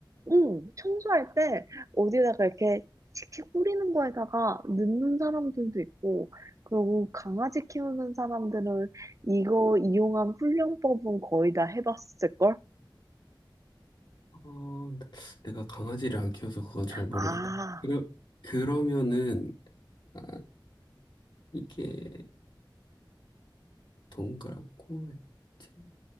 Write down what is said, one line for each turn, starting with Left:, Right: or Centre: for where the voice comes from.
Right: 응. 청소할 때 어디다가 이렇게 칙칙 뿌리는 거에다가 넣는 사람들도 있고, 그리고 강아지 키우는 사람들은 이거 이용한 훈련법은 거의 다 해봤을걸?
Left: 어, 내가 강아지를 안 키워서 그건 잘 모르겠네.
Right: 아,
Left: 그러, 그러면은, 아, 이게 동그랗고, 알지?